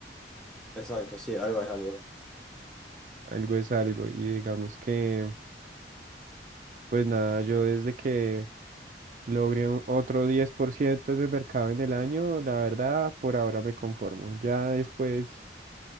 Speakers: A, in the centre; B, on the right.
A: Exacto, sí, algo es algo.
B: <laughs> algo es algo. Y digamos que, pues nada, yo desde que logré un- otro 10% de mercado en el año, la verdad, por ahora me conformo. Ya después...